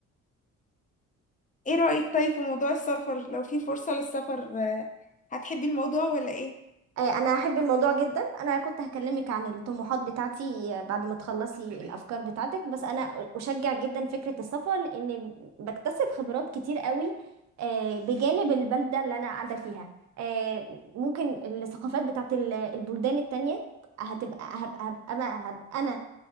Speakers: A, on the left; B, on the right.
A: ايه رأيك طيب في موضوع السفر لو في فرصة للسفر آه، هتحبي الموضوع ولا ايه
B: آه، انا احب الموضوع جدا انا كنت هكلمك عن الطموحات بتاعتي آه، بعد ما تخلصي الافكار بتاعتك بس انا اشجع جدا فكرة السفر لان بكتسب خبرات كتير قوي آه، بجانب البلدة اللي انا قاعدة فيها آه، ممكن الثقافات بتاعت ال- البلدان التانية هتبقى هبقى هبقى, هبقى, هبقى انا